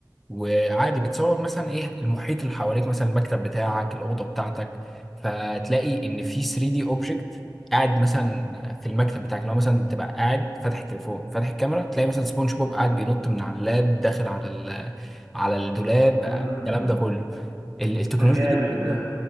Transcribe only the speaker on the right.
امم
ده جامد
ده